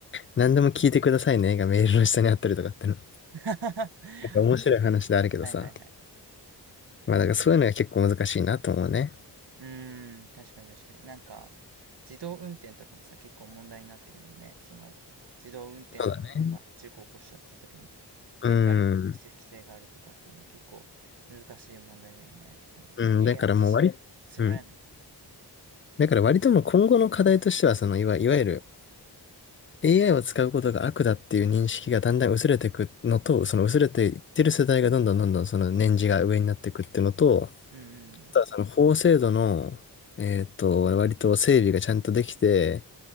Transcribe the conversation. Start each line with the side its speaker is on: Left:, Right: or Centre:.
Left: 何でも聞いてくださいねがメールの下にあったりとかっての。
Right: <laughs>
Left: なんか面白い話であるけどさ。
Right: はいはいはい。
Left: まあだからそういうのが結構難しいなと思うね。
Right: うーん、確かに確かに。なんか、自動運転とかもさ、結構問題になってるもんね。その、自動運転の車が事故を起こしちゃった時に、
Left: そうだね。う
Right: ね、誰に有責性があるとかっていうのは結構難しい問題だよね。
Left: ん。
Right: その、
Left: うん。
Right: AI
Left: だからもう割り、
Right: 自身を責められないもんね。
Left: うん。だから割ともう今後の課題としては、そのいわ、いわゆる AI を使うことが悪だっていう認識がだんだん薄れていくのと、その薄れていってる世代がどんどんどんどんその年次が上になっていくっていうのと、
Right: うんうんうん。
Left: あとはその法制度の、えっと、割と整備がちゃんとできて、